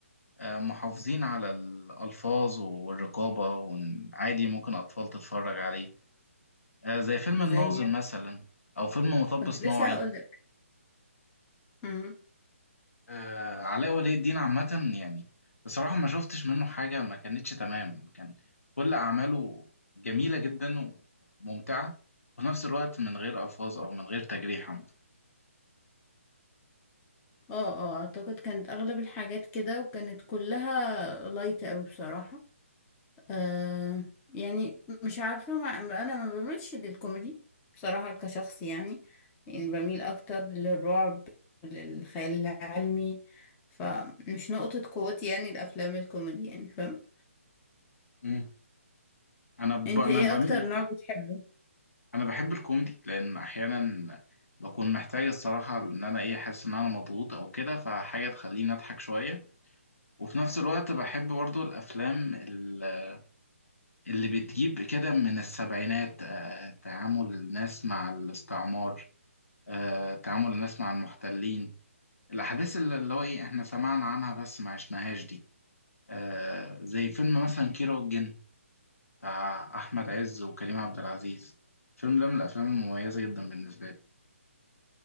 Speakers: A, on the left (about 75°); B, on the left (about 20°).
A: آه محافظين على الالفاظ والرقابه وعادي ممكن اطفال تتفرج عليه آه زي فيلم
B: زي
A: الناظر مثلا او فيلم مطب
B: كنت
A: صناعي
B: لسه هقولك امم
A: آه علاء ولي الدين عامة يعني بصراحة ما شفتش منه حاجة ما كانتش تمام كان كل أعماله جميلة جدا وممتعة وفي نفس الوقت من غير ألفاظ أو من غير تجريح عامة
B: اه اه اعتقد كانت اغلب الحاجات كده وكانت كلها لايت اوي بصراحة آه يعني مش عارفة ما انا ما بميلش للكوميدي بصراحة كشخص يعني يعني بميل اكتر للرعب للخيال العلمي فمش نقطة قوتي يعني الافلام الكوميدي يعني فاهم
A: مم. أنا ب...
B: انت
A: أنا
B: ايه
A: بم...
B: اكتر نوع بتحبه
A: أنا بحب الكوميدي لأن أحيانا بكون محتاج الصراحة إن أنا إيه أحس إن أنا مضغوط أو كده فحاجة تخليني أضحك شوية وفي نفس الوقت بحب برضو الأفلام ال- اللي بتجيب كده من السبعينات آه تعامل الناس مع الاستعمار آه، تعامل الناس مع المحتلين الأحداث اللي اللي هو إيه إحنا سمعنا عنها بس ما عشناهاش دي آه، زي فيلم مثلا كيرة والجن بتاع أحمد عز وكريم عبد العزيز الفيلم ده من الأفلام المميزة جدا بالنسبة لي